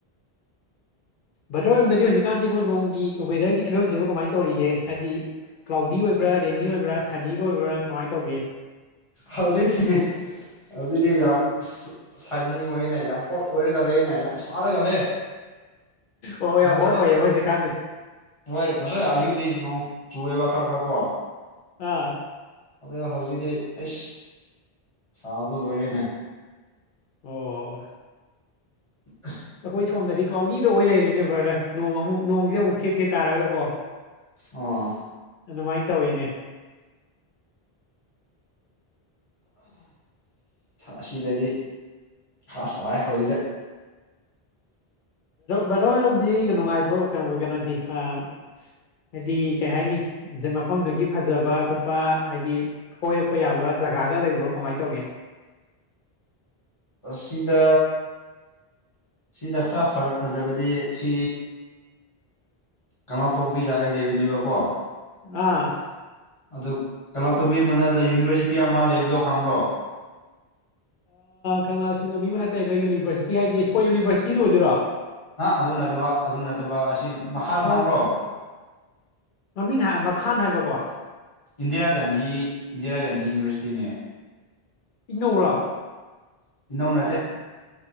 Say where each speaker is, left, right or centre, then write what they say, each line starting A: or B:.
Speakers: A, on the left; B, on the left.
A: ꯕꯗꯔꯣꯝꯗꯗꯤ ꯍꯧꯖꯤꯛꯀꯥꯟꯁꯤꯕꯨ ꯅꯣꯡꯒꯤ ꯋꯦꯗꯔꯒꯤ ꯐꯤꯕꯝꯁꯤꯕꯨ ꯀꯃꯥꯏꯅ ꯇꯧꯔꯤꯒꯦ ꯍꯥꯏꯕꯗꯤ ꯀ꯭ꯂꯥꯎꯗꯤ ꯑꯣꯏꯕ꯭ꯔꯥ ꯔꯦꯅꯤ ꯑꯣꯏꯕ꯭ꯔꯥ ꯁꯟꯅꯤꯒ ꯑꯣꯏꯕ꯭ꯔꯥ ꯀꯃꯥꯏꯅ ꯇꯧꯒꯦ
B: ꯍꯧꯖꯤꯛꯇ ꯍꯧꯖꯤꯛꯇꯤ ꯌꯥꯝ ꯁꯥꯏꯅꯤꯡ ꯑꯣꯏꯅ ꯌꯥꯝ ꯍꯣꯠ ꯑꯣꯏꯔꯒ ꯂꯩꯅ ꯌꯥꯝ ꯁꯥꯔꯒ ꯂꯩ
A: ꯑꯣ
B: ꯉꯁꯥꯏ
A: ꯌꯥꯝ ꯍꯣꯠ ꯑꯣꯏꯌꯦꯕ ꯍꯧꯖꯤꯛꯀꯥꯟꯁꯦ
B: ꯍꯣꯏ ꯉꯁꯥꯏ ꯑꯌꯨꯗꯤ ꯅꯣꯡ ꯆꯨꯑꯦꯕ ꯈꯔ ꯈꯔ ꯀꯣ
A: ꯑꯥ
B: ꯑ ꯍꯧꯖꯤꯛꯇꯤ ꯑꯩ ꯁꯥꯕꯗꯣ ꯂꯣꯏꯔꯦꯅꯦ
A: ꯑꯣ
B: ꯑ
A: ꯑꯩꯈꯣꯏ ꯁꯣꯝꯗꯗꯤ ꯀ꯭ꯂꯥꯎꯗꯤꯗ ꯑꯣꯏ ꯂꯩꯔꯦꯅꯦ ꯕ꯭ꯔꯥꯗ ꯅꯣꯡ ꯑꯃꯨꯛ ꯅꯣꯡꯁꯦ ꯑꯃꯨꯛ ꯊꯦꯠ ꯊꯦꯠ ꯇꯥꯔꯒꯀꯣ
B: ꯑꯣ
A: ꯑꯗꯨꯃꯥꯏꯅ ꯇꯧꯋꯤꯅꯦ
B: ꯑꯁꯤꯗꯗꯤ ꯈꯔ ꯁꯋꯥꯏ ꯍꯧꯖꯤꯛꯇꯤ
A: ꯚꯦꯔꯣ ꯍꯣꯏꯔꯣꯝꯗꯤ ꯅꯨꯡꯉꯥꯏꯕ꯭ꯔꯣ ꯀꯩꯅꯣ ꯀꯩꯅꯣꯗꯤ ꯍꯥꯏꯗꯤ ꯀꯩ ꯍꯥꯏꯅꯤ ꯃꯐꯝꯗꯨꯒꯤ ꯐꯖꯕ ꯈꯣꯠꯄ ꯍꯥꯏꯗꯤ ꯀꯣꯏꯔꯛꯄ ꯌꯥꯕ ꯖꯒꯥꯒ ꯂꯩꯕ꯭ꯔꯣ ꯀꯃꯥꯏꯅ ꯇꯧꯒꯦ
B: ꯁꯤꯗ ꯁꯤꯗ ꯈꯔ ꯐꯖꯕꯗꯤ ꯁꯤ ꯀꯪꯂꯥꯇꯣꯡꯕꯤꯗ ꯑꯩ ꯂꯩꯕꯅꯦꯕꯀꯣ
A: ꯑꯥ
B: ꯑꯗꯨ ꯀꯂꯣꯇꯧꯕꯤ ꯃꯅꯗ ꯌꯨꯅꯤꯚꯔꯁꯤꯇꯤ ꯑꯃ ꯂꯩꯕꯗꯣ ꯈꯪꯕ꯭ꯔꯣ
A: ꯀꯪꯂꯥ ꯆꯁꯤꯡꯕꯣ ꯃꯤ ꯃꯅꯥꯛꯇ ꯂꯩꯕ ꯌꯨꯅꯤꯚꯔꯁꯤꯇꯤ ꯍꯥꯏꯁꯦ ꯏꯁꯄꯣꯔꯠ ꯌꯨꯅꯤꯚꯔꯁꯤꯇꯤꯗꯨ ꯑꯣꯏꯗꯣꯏꯔꯣ
B: ꯑ ꯑꯗꯨ ꯅꯠꯇꯕ ꯑꯗꯨ ꯅꯠꯇꯕ ꯑꯁꯤ ꯃꯈꯥ
A: ꯑꯧ
B: ꯍꯥꯡꯔꯣ
A: ꯃꯃꯤꯡ ꯍꯥꯏ ꯃꯈꯥꯟ ꯍꯥꯏꯕꯀꯣ
B: ꯏꯟꯗꯤꯔꯥ ꯒꯥꯟꯙꯤ ꯏꯟꯗꯤꯔꯥ ꯒꯥꯟꯙꯤ ꯌꯨꯅꯤꯚꯔꯁꯤꯇꯤꯅꯦ
A: ꯏꯪꯅꯧꯔ
B: ꯅꯧꯅꯠꯇꯦ